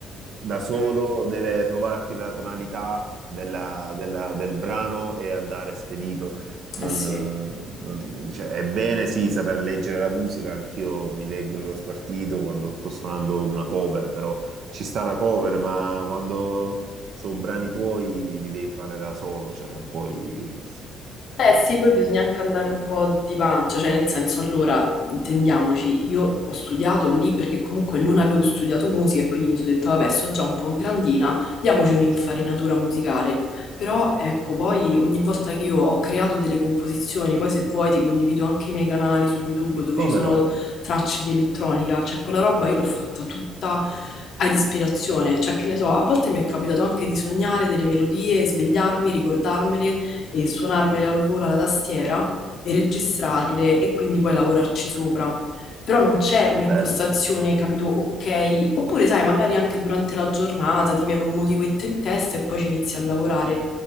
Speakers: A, on the right; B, on the left.
A: da solo, deve trovarti la tonalità della- della- del brano e andare spedito. Non,
B: Eh sì.
A: eh, non- cioè, è bene sì saper leggere la musica, anch'io mi leggo lo spartito quando sto suonando una cover, però ci sta la cover, ma quando sono brani tuoi li devi fare da solo, cioè non puoi...
B: Beh, sì, poi bisogna anche andare un po' di pancia, cioè nel senso, allora, intendiamoci, io ho studiato lì perché comunque non avevo studiato musica e quindi mi sono detta, vabbè, sto già un po' grandina, diamoci un'infarinatura musicale. Però ecco, poi ogni volta che io ho creato delle composizioni, poi se vuoi ti condivido anche i miei canali su YouTube dove
A: Come
B: ci sono
A: no?
B: tracce di elettronica, cioè quella roba io l'ho fatta tutta ad ispirazione, cioè che ne so, a volte mi è capitato anche di sognare delle melodie, svegliarmi, ricordarmele e suonarmele al volo alla tastiera e registrarle e quindi poi lavorarci sopra. Però non c'è un'impostazione,
A: Bello,
B: capito, ok, oppure sai, magari anche durante la giornata ti viene un motivetto in testa e poi ci inizi a lavorare.